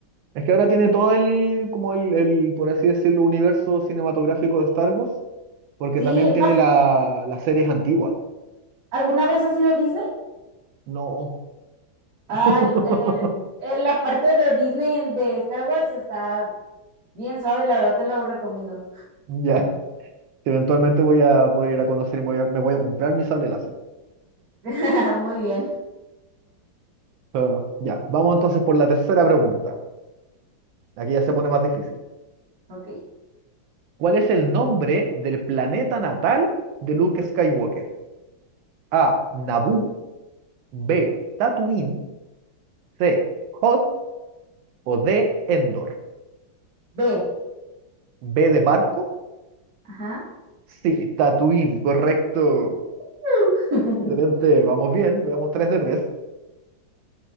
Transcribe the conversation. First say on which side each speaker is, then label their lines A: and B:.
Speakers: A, on the right (about 80°); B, on the right (about 50°).
A: Es que ahora tiene todo el, como el, el, por así decirlo, universo cinematográfico de Star Wars, porque
B: Sí,
A: también
B: no,
A: tiene
B: has-
A: la, las series antiguas.
B: ¿alguna vez has ido a Disney?
A: No,
B: Ah,
A: <laughs>
B: el- eh, en la parte de Disney en, de Star Wars está bien suave, la verdad te lo recomiendo.
A: ya, eventualmente voy a poder ir a conocer y me voy a, me voy a comprar mi sable láser.
B: <laughs> Muy bien,
A: Pero, ya, vamos entonces por la tercera pregunta. Aquí ya se pone más difícil.
B: ok.
A: ¿Cuál es el nombre del planeta natal de Luke Skywalker? A. Naboo. B. Tatooine. C. Hoth. O D. Endor.
B: B,
A: B de barco.
B: ajá.
A: Sí, Tatooine, correcto.
B: <laughs>
A: Excelente, vamos bien, veamos 3 de 3.